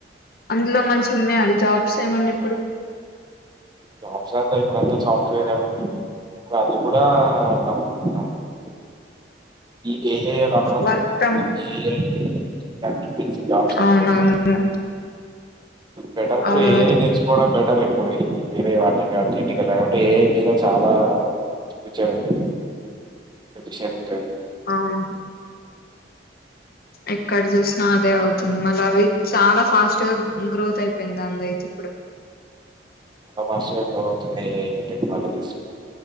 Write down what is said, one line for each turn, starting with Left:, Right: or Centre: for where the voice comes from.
Left: అందులో మంచి ఉన్నాయండీ జాబ్స్ ఏమన్నా ఇప్పుడు
Right: జాబ్స్ అంత ఇప్పుడుంతా సాఫ్ట్వేర్ ఏ ఉంది అది కూడా డామినేట్ <unintelligible> ఈ ఏఐ రావడం
Left: వర్క్
Right: వల్ల
Left: ఫ్రమ్
Right: <inaudible> చెప్పేసి జాబ్స్ అన్ని
Left: అవునవును
Right: పోతున్నాయి బెటర్ టు
Left: అవును
Right: ఏఐ నిర్చుకోడం బెటర్ ఇప్పుడు వేరే వాటి కా ఇటికెళ్ళడం ఏఐ మీద చాలా విచ్చదండి <unintelligible>
Left: అవును ఎక్కడ చూసినా అదే అవుతుంది మళ్ళ అవి చాలా ఫాస్ట్ గా గ్రోత్ అయిపోయింది దాంతయితే ఇప్పుడు
Right: ఆ మస్తుగా బ్రో ఇప్పుడు ఏఐ టెక్నాలజీస్